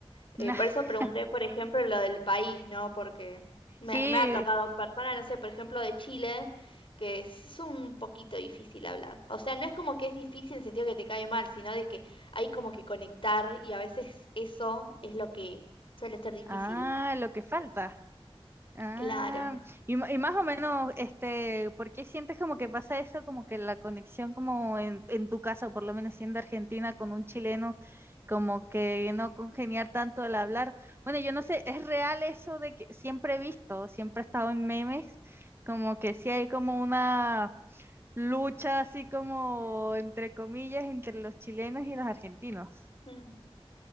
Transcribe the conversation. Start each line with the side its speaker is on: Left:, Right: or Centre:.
Left: Eh,
Right: <laughs>
Left: por eso pregunté, por ejemplo, lo del país, ¿no? Porque me,
Right: Sí,
Left: me ha tocado personas, no sé, por ejemplo, de Chile, que es un poquito difícil hablar. O sea, no es como que es difícil en el sentido que te cae mal, sino de que hay como que conectar y a veces eso es lo que suele ser difícil.
Right: ah, lo que falta. Ah,
Left: Claro.
Right: y, ma- y más o menos, este, ¿por qué sientes como que pasa eso? Como que la conexión como en, en tu caso, por lo menos siendo argentina con un chileno, como que no congeniar tanto al hablar. Bueno, yo no sé, ¿es real eso de que siempre he visto, siempre he estado en memes, como que sí hay como una lucha así como entre comillas entre los chilenos y los argentinos?
Left: Mm.